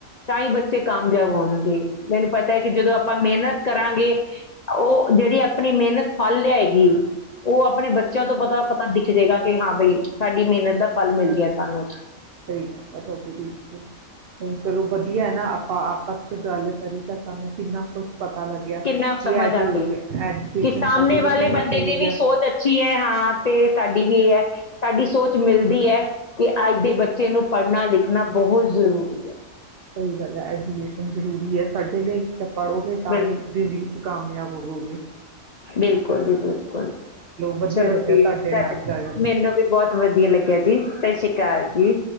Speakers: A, on the left; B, on the right.
A: ਤਾਂ ਹੀ ਬੱਚੇ ਕਾਮਯਾਬ ਹੋਣਗੇ। ਮੈਨੂੰ ਪਤਾ ਹੈ ਕਿ ਜਦੋਂ ਆਪਾਂ ਮਿਹਨਤ ਕਰਾਂਗੇ ਉਹ ਜਿਹੜੀ ਆਪਣੀ ਮਿਹਨਤ ਫਲ ਲਿਆਏਗੀ ਉਹ ਆਪਣੇ ਬੱਚਿਆਂ ਤੋਂ ਪਤਾ ਪਤਾ ਦਿਖ ਜਾਵੇਗਾ। ਹਾਂ ਬਾਈ ਸਾਡੀ ਮਿਹਨਤ ਦਾ ਫਲ ਮਿਲ ਗਿਆ ਸਾਨੂੰ
B: ਸਹੀ ਗੱਲ ਹੈ ਤੁਹਾਡੀ ਬਿਲਕੁਲ। ਨਹੀਂ ਚਲੋ ਵਧੀਆ ਹੈ ਨਾ ਆਪਾਂ ਆਪਸ ਚਚ ਗੱਲ ਕਰੀ ਜਾਂ ਸਾਨੂੰ ਕਿੰਨਾ ਕੁਛ ਪਤਾ ਲੱਗਿਆ।
A: ਕਿੰਨਾ ਸਮਝ
B: ਕਿ ਐਜੂ
A: ਆਉਂਦੀ
B: ਐਜੂਕੇਸ਼ਨ
A: ਕਿ ਸਾਹਮਣੇ
B: ਸਾਡੇ ਲਈ
A: ਵਾਲੇ
B: ਕਿੰਨੀ
A: ਬੰਦੇ
B: ਜ਼ਰੂਰੀ
A: ਦੀ ਵੀ
B: ਹੈ।
A: ਸੋਚ ਅੱਛੀ ਹੈ। ਹਾਂ ਤੇ ਸਾਡੀ ਵੀ ਇਹ ਹੈ। ਤੁਹਾਡੀ ਸੋਚ ਮਿਲ ਦੀ ਹੈ। ਕਿ ਅੱਜ ਦੇ ਬੱ ਚੇ ਨੂੰ ਪੜ੍ਹਨਾ ਲਿਖਣਾ ਬਹੁਤ ਜ਼ਰੂਰੀ ਹੈ।
B: ਸਹੀ ਗੱਲ ਹੈ ਐਜੂਕੇਸ਼ਨ ਜ਼ਰੂਰੀ ਹੈ ਸਾਡੇ ਲਈ। ਤਾਂ ਪੜ੍ਹੋਗੇ ਤਾਂ
A: ਬਿਲ
B: ਹੀ ਜ਼ਿੰਦਗੀ ਚ ਕਾਮਯਾਬ ਹੋਊਗੇ।
A: ਬਿਲਕੁਲ ਜੀ ਬਿਲਕੁਲ
B: ਵਧੀਆ
A: ਚਲੋ
B: ਲੱਗਿਆ
A: ਠੀਕ
B: ਤੁਹਾਡੇ ਨਾਲ
A: ਤੁਡੇ
B: ਗੱਲ
A: ਮੈਨੂੰ ਵੀ ਬਹੁਤ ਵਧੀਆ ਲੱਗਿਆ ਜੀ। ਸਤਿ ਸ੍ਰੀ ਅਕਾਲ ਜੀ।